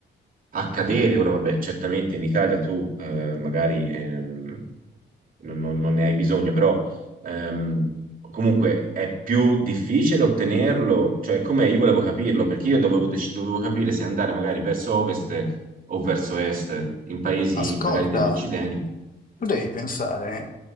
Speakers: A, on the right; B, on the left.
A: accadere. Ora, vabbè, certamente in Italia tu eh, magari ehm, non, non- non ne hai bisogno, però ehm, comunque è più difficile ottenerlo. Cioè, com'è? Io volevo capirlo perché io dovevo, dec- dovevo capire se andare magari verso ovest o verso est, in paesi
B: Ascolta,
A: magari dell'Occidente.
B: tu devi pensare